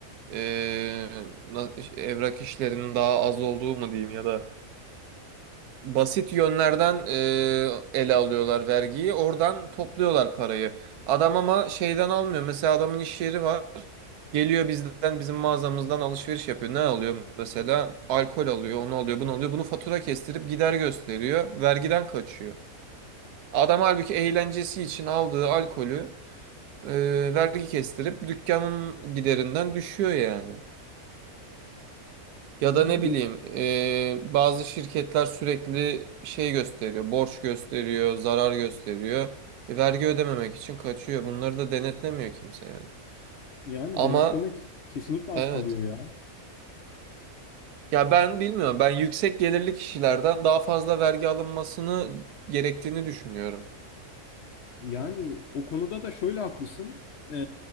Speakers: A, on the right; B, on the left.
A: e, na- evrak işlerinin daha az olduğu mu diyeyim ya da basit yönlerden e, ele alıyorlar vergiyi. Oradan topluyorlar parayı. Adam ama şeyden almıyor. Mesela adamın iş yeri var. Geliyor bizden bizim mağazamızdan alışveriş yapıyor. Ne alıyor mesela? Alkol alıyor, onu alıyor, bunu alıyor. Bunu fatura kestirip gider gösteriyor. Vergiden kaçıyor. Adam halbuki eğlencesi için aldığı alkolü e, vergi kestirip dükkanın giderinden düşüyor yani. Ya
B: Yani
A: da ne bileyim e, bazı şirketler sürekli şey gösteriyor, borç gösteriyor, zarar gösteriyor. E, vergi ödememek için kaçıyor. Bunları da denetlemiyor kimse yani.
B: yani
A: Ama
B: denetlemek kesinlikle az
A: evet.
B: kalıyor ya.
A: Ya ben bilmiyorum. Ben yüksek gelirli kişilerden daha fazla vergi alınmasını gerektiğini düşünüyorum.
B: Yani o konuda da şöyle haklısın. Ee,